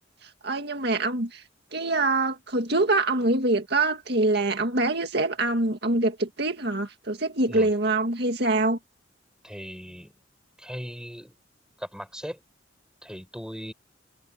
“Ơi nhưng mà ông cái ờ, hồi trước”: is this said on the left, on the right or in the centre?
Right